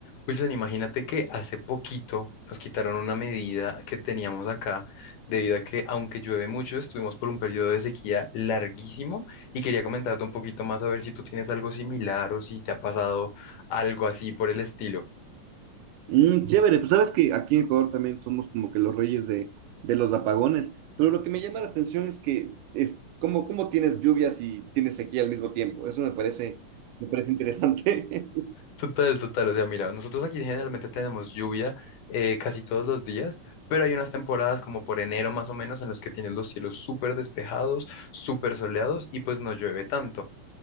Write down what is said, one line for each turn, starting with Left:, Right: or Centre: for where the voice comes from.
Left: Wilson, imagínate que hace poquito nos quitaron una medida que teníamos acá debido a que aunque llueve mucho, estuvimos por un periodo de sequía larguísimo y quería comentarte un poquito más a ver si tú tienes algo similar o si te ha pasado algo así por el estilo.
Right: Mm, chévere, pues sabes que aquí en Ecuador también somos como que los reyes de, de los apagones, pero lo que me llama la atención es que es cómo, cómo tienes lluvias y tienes sequía al mismo tiempo. Eso me parece, me parece interesante. <laughs>
Left: Total, total. O sea, mira, nosotros aquí generalmente tenemos lluvia eh, casi todos los días, pero hay unas temporadas como por enero más o menos en los que tienes los cielos súper despejados, súper soleados y pues no llueve tanto.